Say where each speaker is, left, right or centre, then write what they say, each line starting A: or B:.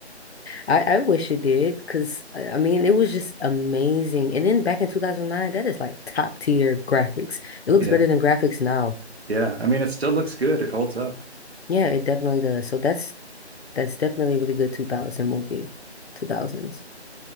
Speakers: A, on the left; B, on the right.
A: I I wish it did because I I mean it was just amazing. And then back in 2009, that is like top tier graphics. It looks
B: yeah
A: better than graphics now.
B: yeah I mean it still looks good it holds up
A: Yeah, it definitely does. So that's that's definitely a really good 2000 movie. 2000s.